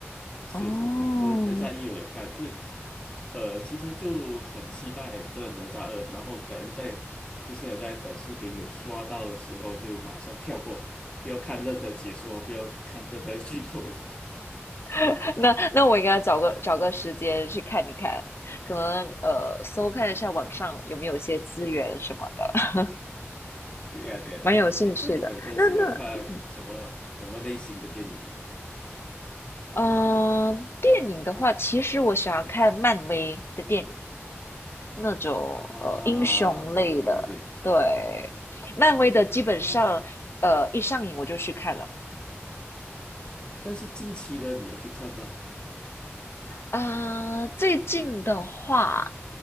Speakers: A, on the left; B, on the left.
A: 是是，
B: 哦，
A: 是我我哪吒一我也看，所以呃，其实就很期待这哪吒二，然后可能在之前有在短视频有刷到的时候，就马上跳过，不要看任何解说，不要看任何剧透。<laughs>
B: <laughs> 那那我应该找个找个时间去看一看，可能呃搜看一下网上有没有一些资源什么的，<laughs>
A: 对呀，对呀的。
B: 蛮有兴趣的。
A: 诶，那你本身喜欢看什么什么类型的电影呢？
B: 那那嗯、呃电影的话，其实我喜欢看漫威的电影，那种呃英雄类的。
A: 啊，对对对，
B: 对，漫威的基本上呃一上映我就去看了。
A: 哦，但是近期的你有去看吗？
B: 啊、最近的话，